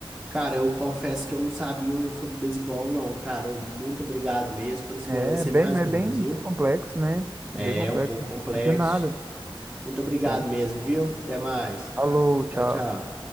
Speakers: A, in the centre; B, on the right.
A: Cara, eu confesso que eu não sabia sobre beisebol, não, cara. Eu- Muito obrigado mesmo por esclarecer
B: É bem,
A: minhas
B: mas
A: dúvidas,
B: é bem
A: viu?
B: complexo, né?
A: É
B: É bem complexo.
A: um pouco complexo.
B: De nada,
A: Muito obrigado
B: tá?
A: mesmo, viu? Até mais.
B: Falou, tchau.
A: Tchau, tchau.